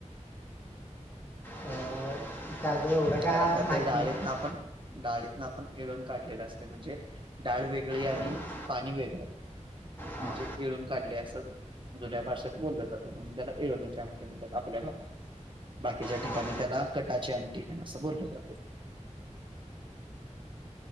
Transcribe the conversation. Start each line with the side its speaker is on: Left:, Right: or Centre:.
Left: अं, त्याचं एवढं काय
Right: कारण का
Left: माहीत
Right: ते डाळीतन
Left: नाही
Right: आपण डाळीतन आपण येळून काढलेलं असते म्हणजे डाळ वेगळी आणि
Left: पण
Right: पाणी वेगळं. हे
Left: हां
Right: म्हणजे येळून काढले असं जुन्या भाषेत बोललं जातं म्हणज त्याला एळनीच्या आमटनर आपल्या भागात बाकीच्या
Left: हां
Right: ठिकाणी त्याला कटाचे ठीक आहे ना असं बोलले जात